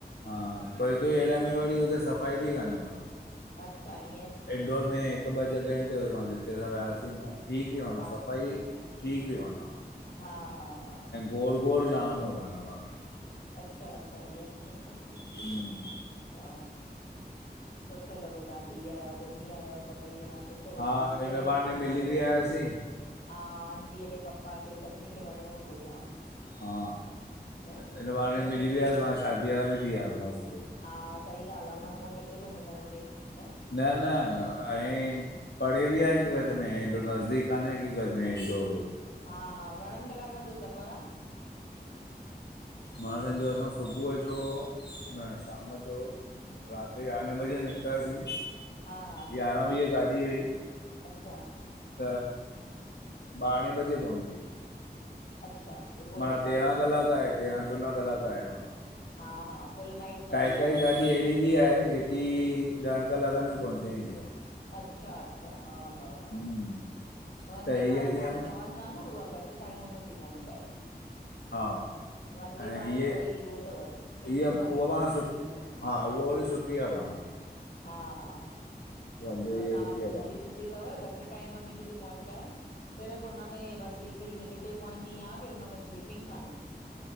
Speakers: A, on the left; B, on the left.
A: हा, कोई -कोई हिन में वरी हुते सफ़ाई बि कान्हे माना।
B: अच्छा ईअं
A: इनडोर में हिकु ॿ जॻहियुनि ते वयिमास जिते असां वियासीं न ठीकु हुई माना
B: हा
A: सफ़ाई ठीक वाी वाना
B: हा हा हा
A: गोड़ गोड़ जामु हुयो माना वाणा
B: अच्छा अचछा ईअं
A: हुं
B: हा सुठो लॻो तव्हां थी आहियो घुमी आयो सभई ॼणा सुठो लॻो
A: हा
B: आंटीअ
A: हिन
B: खे
A: बहाने
B: बि जाम
A: मिली
B: वणियो
A: बि
B: हूंदो
A: आयासीं
B: हा आंटीअ खे पप्पा खे सभिनी खे वणियो हूंदो जाम
A: हा
B: न
A: हिन बाणे
B: हूअं
A: मिली
B: किथे
A: वियास मां शादीअ मा बि थी वियसि मस्तु
B: हा सही ॻाल्हि आहे न हूअ किथे थो मिलण थिए न
A: न न ऐं पढ़े बि आहे की क़दमे हेॾो नज़दीक काने की क़दमे इनडोर
B: हा हा घणनि कलाकनि जो सफ़रु आहे
A: मां सम्झो असां सुबुह जो न शाम जो राति यारहें बजे निकितासीं
B: हा हा
A: यारहावीह गाॾी हुई
B: अच्छा
A: त ॿारहें बजे पहुती
B: अच्छा सुबुह
A: माना
B: जो ॿारहें
A: तेरहां
B: पहुतव
A: कलाक आहे तेरहां चोॾहां कलाक आहे माना
B: हा हा फुल नाइट मतिलबु
A: काई काई
B: गाॾीअ
A: गाॾी
B: में हुयव
A: अहिड़ी बिी आहे जे की ॾहन कलाकनि में पहुचाईंदी आहे
B: अच्छा अचछा हा हा हा
A: हम्म
B: वंदे
A: त हीअ
B: भारत
A: कीअं
B: हाणे चवनि था न उहा घटि टाइम में थी पहुचाए
A: हा
B: वंदे
A: ऐं
B: भारत
A: हीअ
B: वरी इहो अथव सिटिंग
A: हीअ उहा
B: वारी अथव
A: पाण सुा
B: स्लीपिंग न अथव
A: उहो वरी सुठ ठी आ पाण
B: हा हा
A: वांदे
B: उहा
A: इहा
B: साफ़
A: सुठी
B: सुथरी
A: आहे पाण
B: सुठी थव घटि टाइम में बि थी पहुचाए सिर्फ़ु हुनन में वसि हिकड़ी नेगेटिव पॉइंट ईहा आहेी हुन में स्लीपिंग कान्हे